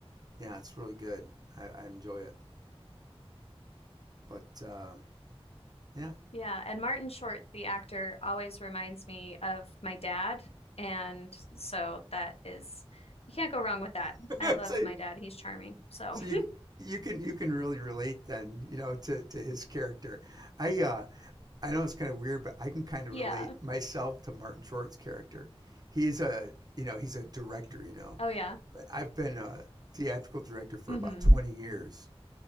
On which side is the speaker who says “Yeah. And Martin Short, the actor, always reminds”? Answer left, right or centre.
Left